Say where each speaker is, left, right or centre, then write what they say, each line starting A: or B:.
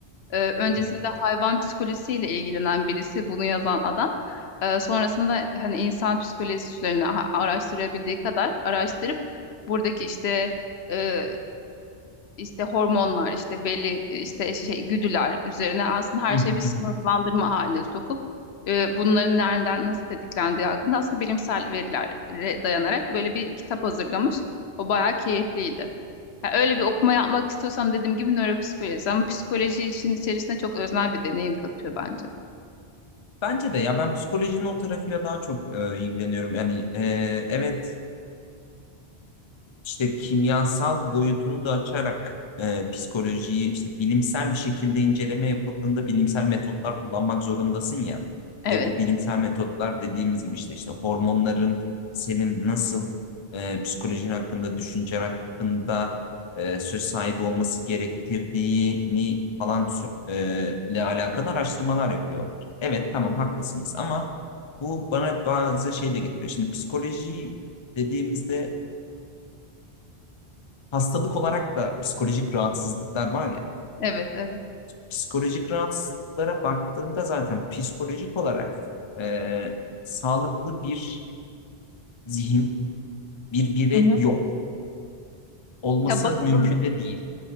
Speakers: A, on the left; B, on the left.
A: E, öncesinde
B: Hı hı.
A: hayvan psikolojisiyle ilgilenen birisi bunu yazan adam. E, sonrasında hani insan psikolojisi üzerine ha- araştırabildiği kadar araştırıp buradaki işte e, işte hormonlar, işte belli işte şey güdüler üzerine aslında her
B: Hı
A: şeyi
B: hı. Hı
A: bir sınıflandırma
B: hı.
A: haline sokup e, bunların nereden nasıl tetiklendiği hakkında aslında bilimsel verilere dayanarak böyle bir kitap hazırlamış. O bayağı keyifliydi. Yani öyle bir okuma yapmak istiyorsam dediğim gibi nöropsikoloji ama psikoloji işin içerisine çok öznel bir deneyim katıyor bence.
B: Bence de ya ben psikolojinin o tarafıyla daha çok e, ilgileniyorum. Yani e, evet işte kimyasal boyutunu da açarak e, psikolojiyi işte bilimsel bir şekilde inceleme yapıldığında bilimsel metotlar kullanmak zorundasın ya.
A: Evet,
B: Ve bu bilimsel metotlar dediğimiz gibi işte işte hormonların senin nasıl e, psikolojin hakkında, düşüncen hakkında e, söz sahibi olması gerektirdiğini falan sö- e, ile alakalı araştırmalar yapıyorlar. Evet tamam haklısınız ama bu bana bazı şey de getiriyor. Şimdi psikoloji dediğimizde hastalık olarak da psikolojik rahatsızlıklar var ya.
A: evet, evet.
B: Psikolojik rahatsızlıklara baktığımda zaten psikolojik olarak e, sağlıklı bir zihin, bir birey
A: Hı hı.
B: yok. Olması
A: Ya bakıldığında
B: mümkün de değil.